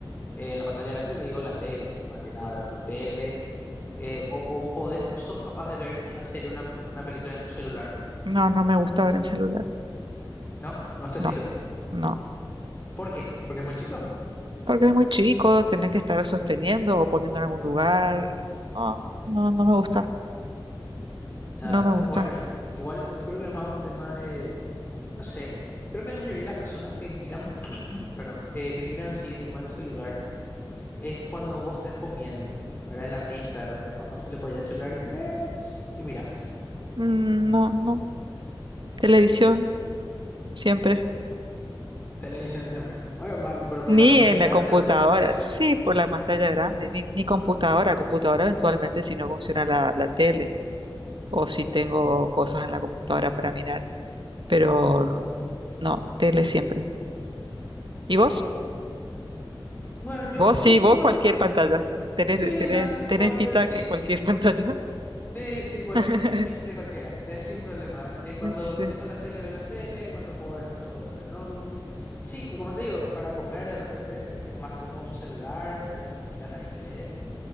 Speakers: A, on the left; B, on the right.
A: Eh, en la pantalla grande te digo la tele, más que nada, ¿verdad? Una tele, eh, o, o podés, o sos capaz de ver una serie, una, una película en tu celular,
B: No, no me gusta ver en celular.
A: ¿no? ¿No es tu
B: No,
A: estilo?
B: no.
A: ¿Por qué? ¿Porque es muy chico?
B: Porque es muy chico, tenés que estar sosteniendo o poniendo en algún lugar. No, no, no me gusta.
A: Ah,
B: No me gusta.
A: bueno, igu- igual yo creo que es más un tema de, no sé, creo que la mayoría de las personas que miran, perdón, eh, que miran sí el tema del celular es cuando vos estás comiendo, ¿verdad? En la mesa, de repente es más fácil apoyar el celular y comes y miras.
B: Mm, no, no. Televisión, siempre.
A: Televisión siempre. Bueno, va- pero por
B: Ni
A: la pantalla
B: en la
A: grande
B: computadora,
A: o por la comodidad.
B: sí, por la pantalla grande, ni, ni computadora, computadora eventualmente si no funciona la, la tele o si tengo cosas en la computadora para mirar, pero
A: Ajá.
B: no, tele siempre. ¿Y vos?
A: Bueno, yo,
B: Vos
A: yo
B: sí,
A: puedo
B: vos cualquier
A: hacer,
B: pantalla. Tenés,
A: sí,
B: tenés,
A: no,
B: tenés
A: puedo hacer,
B: pinta
A: sí,
B: que cualquier pantalla.
A: Sí, sí, cualquier,
B: <laughs>
A: un mix de cualquiera, es sin problema. eh, cuando
B: Sí.
A: tengo la tele, veo en la tele, cuando puedo ver la notebook, veo en la notebook. Sí, como te digo, para comer de repente es más cómodo un celular, ¿verdad? Le tiras ahí, y ves.